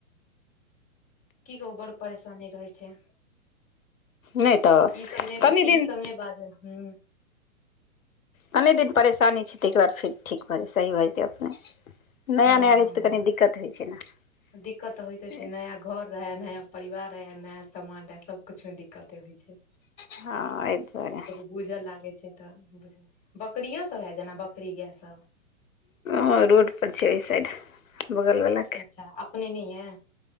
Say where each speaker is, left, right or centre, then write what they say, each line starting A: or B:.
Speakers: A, on the left; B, on the left.
A: की कहू बड़ परेशानी रहै छै।
B: नहि तऽ
A: ई सब नैय
B: कनि
A: ब ई
B: दिन
A: सब नैय बाजल हूं।
B: कने दिन परेशानी छैय तयके बाद फेर ठीक भऽ जेतै सही भऽ जेतै अपने नया-नया
A: हँ हँ
B: रहै छै तऽ
A: हँ
B: कनी दिक्कत होइ छै न।
A: दिक्कत तऽ होइते छै नया घर रहै नया परिवार रहै नया समान रहै सबकुछ में दिक्कते होइ छैय।
B: हँ एयदुआरे
A: बूझऽ लागै छैय तऽ बकरियो सब है जेना बकरी गैय सब।
B: हँ रोड पर छै एय साइड बगलवला
A: अच्छा अपने नैय यै?